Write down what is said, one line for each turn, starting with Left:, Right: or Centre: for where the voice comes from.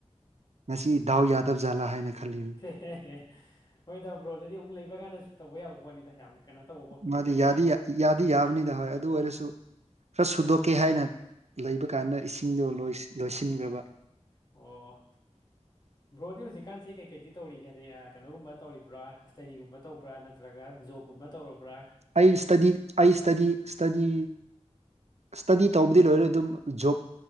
Right: ꯉꯁꯤ ꯗꯥꯎ ꯌꯥꯗꯕ ꯖꯥꯜꯂꯥ ꯍꯥꯏꯅ ꯈꯜꯂꯤꯕꯅꯤ
Left: ꯍꯦ ꯍꯦ ꯍꯣꯏꯗ ꯕ꯭ꯔꯣꯗꯗꯤ ꯑꯃꯨꯛ ꯂꯩꯕꯀꯥꯟꯗꯁ ꯇꯧꯕ ꯌꯥꯕ ꯄꯣꯠꯅꯤꯗ ꯌꯥꯝ ꯀꯩꯅꯣ ꯇꯧꯕ ꯄꯣꯠꯄꯨꯗꯤ
Right: ꯃꯥꯗꯤ
Left: ꯅꯠꯇꯦ
Right: ꯌꯥꯗꯤ ꯌꯥ ꯌꯥꯗꯤ ꯌꯥꯕꯅꯤꯗ ꯍꯣꯏ ꯑꯗꯨ ꯑꯣꯏꯔꯁꯨ ꯈꯔ ꯁꯨꯗꯣꯛꯀꯦ ꯍꯥꯏꯅ ꯂꯩꯕ ꯀꯥꯟꯗ ꯏꯁꯤꯡꯗꯣ ꯂꯣꯢ ꯂꯣꯢꯁꯤꯟꯈ꯭ꯔꯕ
Left: ꯑꯣ
Right: <inaudible>
Left: ꯕ꯭ꯔꯣꯗꯤ ꯍꯧꯖꯤꯛꯀꯥꯟꯁꯦ ꯀꯩ ꯀꯩꯗꯤ ꯇꯧꯔꯤꯒꯦ ꯍꯥꯗꯤ ꯌꯥ ꯀꯩꯅꯣꯒꯨꯝꯕ ꯇꯧꯔꯤꯕ꯭ꯔꯥ ꯁ꯭ꯇꯗꯤꯒꯨꯝꯕ ꯇꯧꯕ꯭ꯔꯥ ꯅꯠ ꯇ꯭ꯔꯒ ꯖꯣꯕꯒꯨꯝꯕ ꯇꯧꯔꯛꯕ꯭ꯔꯥ
Right: ꯑꯩ ꯁ꯭ꯇꯗꯤ ꯑꯩ ꯁ꯭ꯇꯗꯤ ꯁ꯭ꯇꯗꯤ ꯁ꯭ꯇꯗꯤ ꯇꯧꯕꯗꯤ ꯂꯣꯢꯔꯦ ꯑꯗꯨꯝ ꯖꯣꯕ